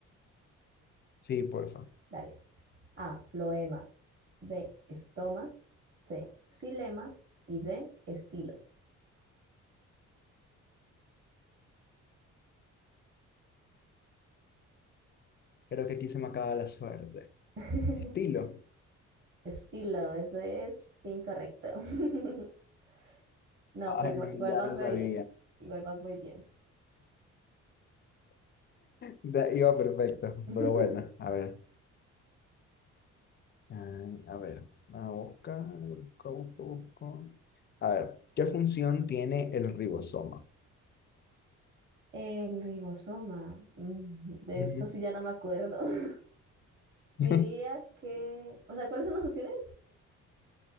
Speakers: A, on the left (about 35°); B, on the right (about 40°).
A: Sí, porfa.
B: Dale. A. Floema. B. Estoma. C. Xilema. Y D. Estilo.
A: Creo que aquí se me acaba la suerte.
B: <laughs>
A: Estilo.
B: Estilo, eso es incorrecto. <laughs> No,
A: Ay,
B: pero igual, igual
A: ya
B: vas
A: lo
B: re
A: sabía.
B: bien. Igual vas muy bien.
A: Da- Iba perfecto,
B: <laughs>
A: pero bueno, a ver. Ah, a ver, a buscar, busco, busco, busco. A ver, ¿qué función tiene el ribosoma?
B: El ribosoma. mm, De
A: Ujú.
B: esto sí ya no me acuerdo. <laughs> Diría
A: <laughs>
B: que... O sea, ¿cuáles son las opciones?